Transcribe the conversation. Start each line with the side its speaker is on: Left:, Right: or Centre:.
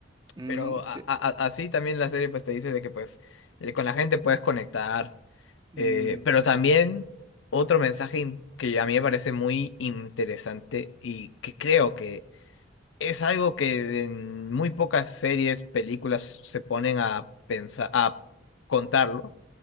Right: Mm,
Left: Pero a-
Right: que-
Left: a- a- así también la serie pues te dice de que pues eh, con la gente puedes conectar.
Right: mm,
Left: eh, pero también otro mensaje im- que a mí me parece muy interesante y que creo que es algo que en muy pocas series, películas se ponen a pensar, a contarlo.